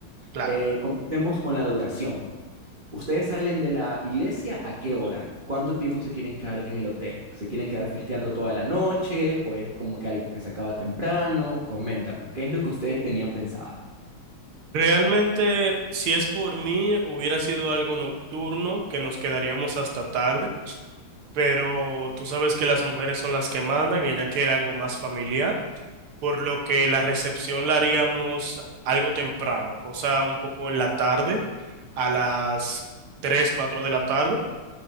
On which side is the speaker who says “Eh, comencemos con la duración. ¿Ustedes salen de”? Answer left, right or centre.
Right